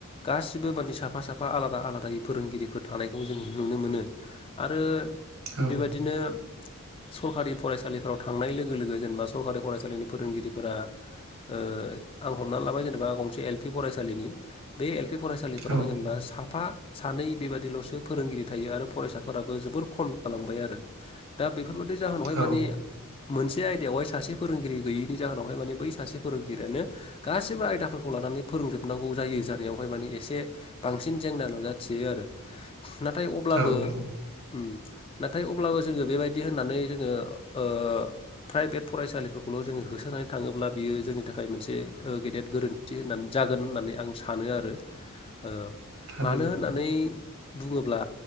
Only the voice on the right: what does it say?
औ
औ
औ
औ औ
थारैनो